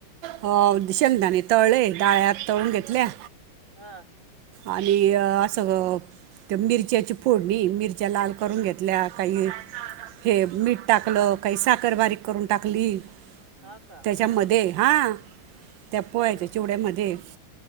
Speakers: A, on the right (about 75°); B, on the right (about 35°).
A: हो दिशेंदाने तळले, डाळ्या तळून घेतल्या.
B: हां
A: आणि असं ते मिरच्याची फोडनी, मिरच्या लाल करून घेतल्या काही हे मीठ टाकलं काही साखर बारीक करून टाकली,
B: हा का
A: त्याच्यामध्ये हां त्या पोह्यच्या
B: हा
A: चिवड्यामध्ये